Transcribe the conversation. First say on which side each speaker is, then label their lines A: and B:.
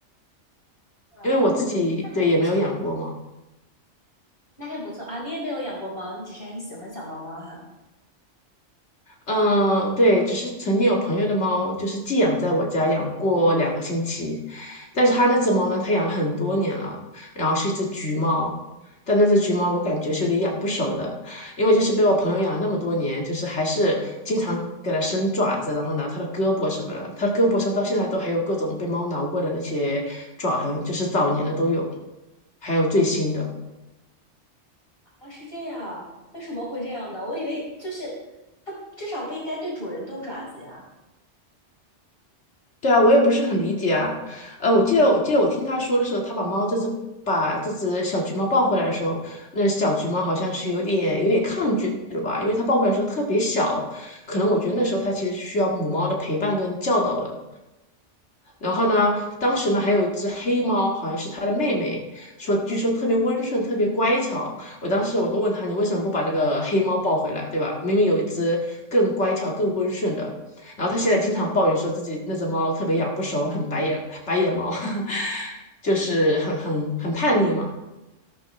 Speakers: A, on the left; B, on the left.
A: 啊，
B: 因为我自己对也没有养过猫。
A: 那还不错，那还不错啊！你也没有养过猫，你只是很喜欢小猫猫哈。
B: 嗯，呃对，只是曾经有朋友的猫就是寄养在我家养过两个星期，但是他那只猫呢，它养了很多年了，然后是一只橘猫，但那只橘猫我感觉是有点养不熟的，因为就是被我朋友养了那么多年，就是还是经常给它伸爪子，然后拿它的胳膊什么的，它的胳膊上到现在都还有各种被猫挠过的那些爪痕，就是早年的都有，还有最新的。
A: 啊，是这样，为什么会这样呢？我以为就是它至少不应该对主人动爪子呀。
B: 对啊，我也不是很理解啊。呃，我记得我记得我听他说的时候，他把猫这只把这只小橘猫抱回来的时候，那小橘猫好像是有点有点抗拒的吧，因为它抱回来的时候特别小，可能我觉得那时候它其实需要母猫的陪伴跟教导的。然后呢，当时呢还有一只黑猫，好像是它的妹妹，说据说特别温顺，特别乖巧。我当时我都问他，你为什么不把这个黑猫抱回来，对吧？明明有一只更乖巧、更温顺的。然后他现在经常抱怨说自己那只猫特别养不熟，很白眼白眼猫，<laughs> 就是很很很叛逆嘛。